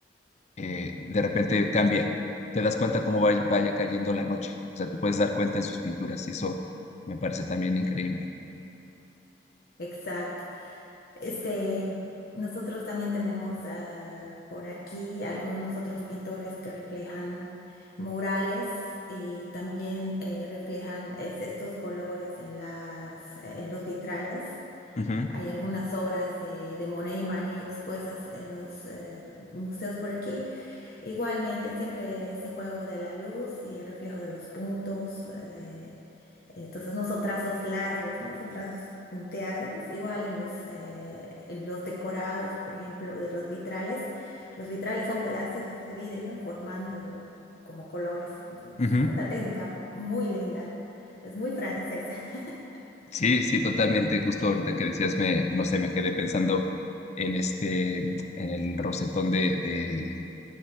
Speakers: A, on the left; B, on the left.
A: eh, de repente cambia, te das cuenta cómo va- vaya cayendo la noche, o sea, te puedes dar cuenta en sus pinturas y eso me parece también increíble.
B: Exacto. Este, nosotros también tenemos ah, por aquí algunos otros pintores que reflejan murales y también eh, reflejan es- estos colores en las, en los vitrales.
A: Ujú,
B: Hay algunas obras de, de Monet y Manet expuestas en los eh, museos por aquí. Igualmente, siempre ese juego de la luz y el reflejo de los puntos. eh, Entonces no son trazos largos, ¿no? Son trazos punteados. Igual en los, eh, en los decorados, por ejemplo, de los vitrales, los vitrales son pedazos de vidrio formando como colores. Entonces
A: ujú.
B: es una técnica muy linda, es muy francesa. <laughs>
A: Sí, sí, totalmente. Justo ahorita que decías, me, no sé, me quedé pensando en este, en el rosetón de, de,